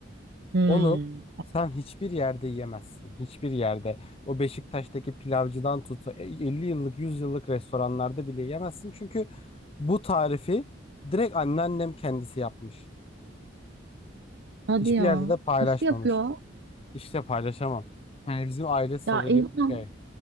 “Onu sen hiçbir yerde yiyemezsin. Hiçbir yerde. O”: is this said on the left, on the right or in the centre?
Left